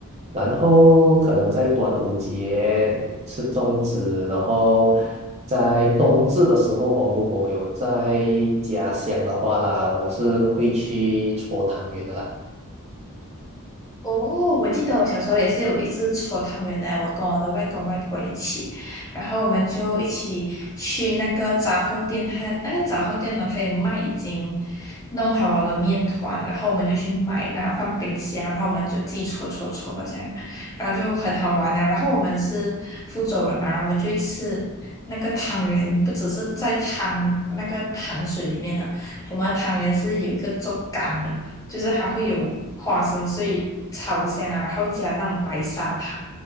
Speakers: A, on the right; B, on the left.
A: 然后可能在端午节吃粽子，然后在冬至的时候哦，如果我有在家乡的话啦，我是会去搓汤圆的啦。
B: 哦，我记得我小时候也是有一次搓汤圆的，我跟我的外公外婆一起，然后我们就一起去那个杂货店，他那个杂货店呢，他有卖已经弄好了的面团，然后我们就去买，买了放冰箱，然后我们就自己搓搓搓这样，然后就很好玩的、然后我们是福州人嘛，然后我们就会吃那个汤圆，不只是在汤那个糖水里面的，我们的汤圆是有一个做干的。就是还会有花生碎炒香啊，然后加那种白砂糖，